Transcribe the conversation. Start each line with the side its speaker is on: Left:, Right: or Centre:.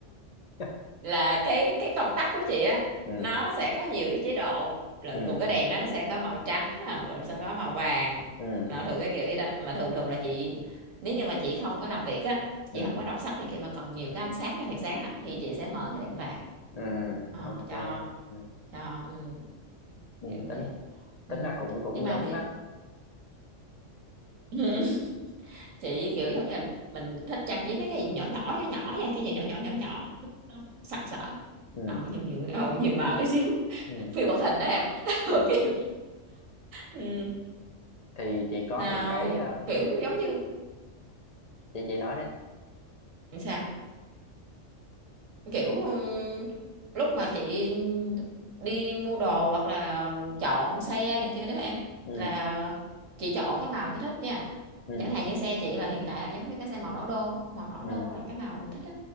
Left: <laughs>
Right: là cái cái công tắc của chị á
Left: ừ
Right: nó sẽ có nhiều cái chế độ lần
Left: ừ
Right: cùng cái đèn đó nó sẽ có màu trắng nè, rồi sẽ có màu vàng
Left: ừ
Right: nó thường cái kiểu vậy đó mà thường thường là chị nếu như mà chị không có làm việc á
Left: ừ
Right: chị không có đọc sách này kia mà còn nhiều cái ánh sáng cái thiệt sáng á thì chị sẽ mở cái đèn vàng
Left: ừ
Right: Ờ,
Left: ok
Right: cho
Left: ừ.
Right: cho ừ.
Left: Ừ.
Right: kiểu
Left: tính
Right: vậy
Left: tính
Right: ừ.
Left: ra cũng cũng
Right: nhưng mà
Left: giống
Right: cái
Left: đó
Right: <laughs> chị kiểu giống như là mình thích trang trí mấy cái gì nhỏ nhỏ nhỏ nhỏ nha cái gì nhỏ nhỏ nhỏ nhỏ Nó sặc sỡ
Left: ừ
Right: ờ nhiều nhiều ờ, nhiều màu tí xíu <laughs>
Left: ừ
Right: phim hoạt hình đó em <laughs> Ờ,
Left: ừ.
Right: kiểu ừ.
Left: thì chị có
Right: mà
Left: những cái ờ,
Right: kiểu
Left: cái cái
Right: giống như
Left: chị chị nói đi
Right: sao kiểu ừm, lúc mà chị đi mua đồ hoặc là chọn xe này kia đó em
Left: ừ
Right: là chị chọn cái màu chị thích nha
Left: ừ
Right: chẳng hạn như xe chị là hiện tại là giống như cái xe màu đỏ đô á. màu đỏ
Left: ừ
Right: đô là cái màu mình thích á